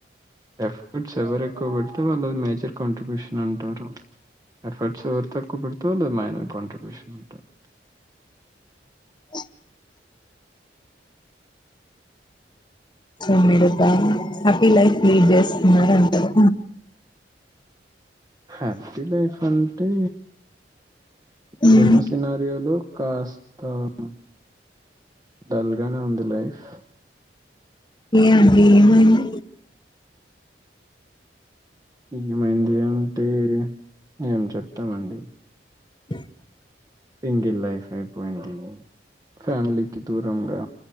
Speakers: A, on the right; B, on the left.
A: ఎఫర్ట్స్ ఎవరు ఎక్కువ పెడితే వాళ్ళుది మేజర్ కాంట్రిబ్యూషన్ అంటారు. ఎఫర్ట్స్ ఎవరు తక్కువ పెడితే వాళ్ళుది మైనర్ కాంట్రిబ్యూషన్ అంటారు.
B: అ <unintelligible> సో మీరు హ్యాపీ లైఫ్ లీడ్ చేస్తున్నారు అంటారు
A: హ్యాపీ లైఫ్ అంటే ఇప్పుడున్న
B: మ్మ్.
A: సినారియోలు కాస్త త డల్ గానే ఉంది లైఫ్
B: ఏ అండి ఏమైంది
A: ఏమైంది అంటే ఏం చెప్తామండి
B: అ <unintelligible>
A: సింగిల్ లైఫ్ అయిపోయింది ఫ్యామిలీకి దూరంగా